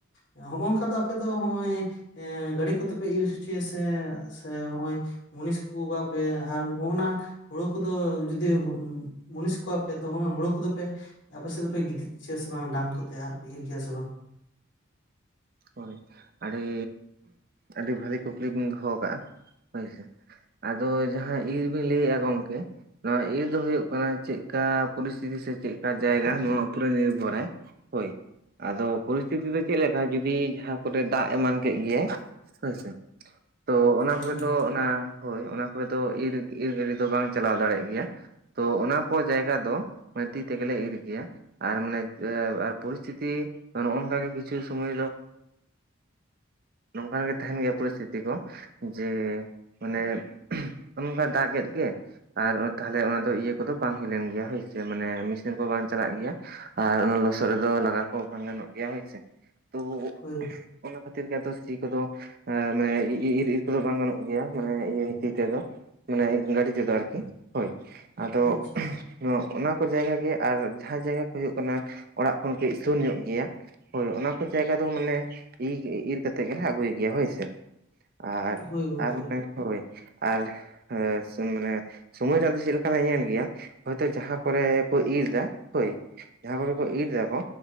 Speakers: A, on the left; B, on the right.
A: ᱦᱚᱜᱼᱚᱝᱠᱟ ᱫᱚ ᱟᱯᱮ ᱫᱚ ᱦᱚᱜᱼᱚᱭ ᱜᱟᱲᱤ ᱠᱚᱛᱮᱯᱮ ᱤᱨ ᱦᱚᱪᱚᱭᱟᱥᱮ ᱥᱮ ᱦᱚᱸᱜᱼᱚᱭ ᱢᱩᱱᱤᱥ ᱠᱚᱣᱟ ᱯᱮ ᱟᱨ ᱦᱚᱸᱜᱼᱚᱱᱟ ᱠᱚᱫᱚ ᱡᱩᱫᱤ ᱢᱩᱱᱤᱥ ᱠᱚᱣᱟᱯᱮ ᱛᱚ ᱦᱚᱜ-ᱚᱭ ᱦᱳᱲᱳ ᱠᱚᱫᱚ ᱯᱮ ᱟᱯᱮ ᱥᱮᱫ ᱫᱚᱯᱮ ᱜᱤᱛᱤᱡ ᱦᱚᱪᱚᱭᱟ ᱥᱮ ᱵᱟᱝ ᱰᱟᱝ ᱠᱚᱛᱮ ᱟᱨᱯᱮ ᱤᱨ ᱜᱮᱭᱟ ᱥᱮ ᱵᱟᱝ
B: ᱦᱳᱭ ᱟᱹᱰᱤ, ᱟᱹᱰᱤ ᱵᱷᱟᱞᱮ ᱠᱩᱠᱞᱤ ᱵᱤᱱ ᱫᱚᱦᱚ ᱠᱟᱜᱼᱟ ᱦᱳᱭ ᱥᱮ ᱟᱫᱚ ᱡᱟᱦᱟᱸ ᱤᱨᱵᱤᱱ ᱞᱟᱹᱭᱮᱜᱼᱟ ᱜᱚᱢᱠᱮ ᱱᱚᱣᱟ ᱤᱭᱟᱹ ᱫᱚ ᱦᱳᱭᱳᱜ ᱠᱟᱱᱟ ᱪᱮᱫᱠᱟ ᱯᱚᱨᱤᱥᱛᱷᱤᱛᱤ ᱥᱮ ᱪᱮᱫᱠᱟ ᱡᱟᱭᱜᱟ ᱱᱚᱣᱟ ᱩᱯᱚᱨᱮ ᱱᱤᱨᱵᱷᱚᱨᱟᱭ ᱦᱳᱭ ᱟᱫᱚ ᱯᱚᱨᱤᱥᱛᱤᱛᱤ ᱫᱚ ᱪᱮᱫ ᱞᱮᱠᱟ ᱡᱚᱫᱤ ᱡᱟᱦᱟᱸ ᱠᱚᱨᱮ ᱫᱟᱜ ᱮᱢᱟᱱ ᱠᱮᱫ ᱜᱮᱭᱟᱭ ᱦᱳᱭᱥᱮ ᱛᱚ ᱚᱱᱟ
A: ᱦᱳᱭ
B: ᱠᱚᱨᱮ ᱫᱚ
A: ᱜᱚᱝᱠᱮ᱾
B: ᱚᱱᱟ ᱦᱳᱭ ᱚᱱᱟ ᱠᱚᱨᱮ ᱫᱚ ᱤᱨ ᱤᱨ ᱜᱟᱹᱰᱤ ᱫᱚ ᱵᱟᱝ ᱪᱟᱞᱟᱣ ᱫᱟᱲᱮᱜ ᱜᱮᱭᱟ ᱛᱚ ᱚᱱᱟ ᱠᱚ ᱡᱟᱭᱜᱟ ᱫᱚ ᱛᱤ ᱛᱮᱜᱮ ᱞᱮ ᱤᱨ ᱜᱮᱭᱟ ᱟᱨ ᱢᱟᱱᱮ ᱯᱚᱨᱤᱥᱛᱷᱤᱛᱤ ᱱᱚᱜᱼᱚ ᱱᱚᱝᱠᱟᱜᱮ ᱠᱤᱪᱷᱩ ᱥᱚᱢᱚᱭ ᱫᱚ ᱱᱚᱝᱠᱟ ᱜᱮ ᱛᱟᱦᱮᱱ ᱜᱮᱭᱟ ᱯᱚᱨᱤᱥᱛᱷᱤᱛᱤ ᱠᱚ ᱡᱮ ᱚᱱᱮ ᱚᱱᱠᱟ ᱫᱟᱜᱮᱫ ᱜᱮ ᱟᱨ ᱛᱟᱦᱚᱞᱮ ᱚᱱᱟ ᱫᱚ ᱤᱭᱟᱹ ᱠᱚᱫᱚ ᱵᱟᱝ ᱦᱩᱭ ᱞᱮᱱ ᱜᱮᱭᱟ ᱦᱳᱭᱥ ᱢᱟᱱᱮ ᱢᱮᱥᱤᱱ ᱠᱚ ᱵᱟᱝ ᱪᱟᱞᱟᱜ ᱜᱮᱭᱟ ᱟᱨ ᱚᱱᱟ ᱞᱚᱥᱚᱫ ᱨᱮᱫᱚ ᱞᱟᱜᱟ ᱠᱚ ᱵᱟᱝ ᱜᱟᱱᱚᱜ ᱜᱮᱭᱟ ᱦᱳᱭᱥᱮ ᱛᱚ
A: ᱦᱳᱭ
B: ᱚᱱᱟ ᱠᱷᱟᱹᱛᱤᱨ ᱜᱮ ᱟᱫᱚ ᱥᱤ ᱠᱚᱫᱚ ᱮ ᱢᱟᱱᱮ ᱤᱨ ᱤᱨ ᱠᱚᱫᱚ ᱵᱟᱝ ᱜᱟᱱᱚᱜ ᱜᱮᱭᱟ ᱢᱟᱱᱮ ᱤᱭᱟᱹ ᱛᱤ ᱛᱮᱫᱚ ᱢᱟᱱᱮ ᱜᱟᱹᱰᱤ ᱛᱮᱫᱚ ᱟᱨᱠᱤ ᱦᱳᱭ ᱟᱫᱚ,
A: ᱟᱪᱪᱷᱟ
B: ᱱᱚᱣᱟ ᱚᱱᱟ ᱠᱚ ᱡᱟᱭᱜᱟ ᱜᱮ ᱟᱨ ᱡᱟᱦᱟᱸ ᱡᱟᱭᱜᱟ ᱠᱚ ᱦᱳᱭᱳᱜ ᱠᱟᱱᱟ ᱚᱲᱟᱜ ᱠᱷᱚᱱ ᱠᱟᱹᱡ ᱥᱩᱨ ᱧᱚᱜ ᱜᱮᱭᱟ ᱦᱳᱭ ᱚᱱᱟ ᱠᱚ ᱡᱟᱭᱜᱟ ᱫᱚ ᱢᱟᱱᱮ ᱤᱨ ᱤᱨ ᱠᱟᱛᱮᱫ ᱜᱮᱞᱮ ᱟᱹᱜᱩᱭ ᱜᱮᱭᱟ ᱦᱳᱭ ᱥᱮ ᱟᱨ
A: ᱦᱳᱭ ᱜᱚᱝᱠᱮ
B: ᱟᱨ <unintelligible> ᱦᱳᱭ ᱟᱨ ᱦᱮᱸ ᱥᱮ ᱢᱟᱱᱮ ᱥᱚᱢᱚᱭ ᱨᱮ ᱟᱫᱚ ᱪᱮᱫ ᱞᱮᱠᱟ ᱞᱮ ᱧᱮᱞ ᱜᱮᱭᱟ ᱦᱚᱭᱛᱚ ᱡᱟᱦᱟᱸ ᱠᱚᱨᱮ ᱠᱚ ᱤᱨ ᱫᱟ ᱦᱳᱭ ᱡᱟᱦᱟᱸ ᱠᱚ ᱜᱮ ᱠᱚ ᱤᱨ ᱫᱟᱠᱚ